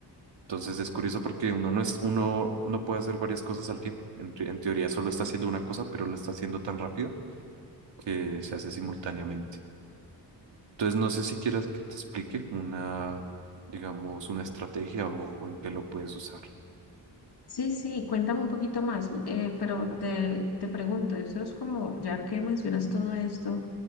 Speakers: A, on the right; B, on the left.
A: Entonces es curioso porque uno no es, uno no puede hacer varias cosas al tiempo. En, te- en teoría solo está haciendo una cosa, pero la está haciendo tan rápida que se hace simultáneamente. Entonces, no sé si quieras que te explique una, digamos, una estrategia o, o en qué lo puedes usar.
B: Sí, sí, cuéntame un poquito más, eh, pero te, te pregunto, eso es como, ya que mencionas todo esto,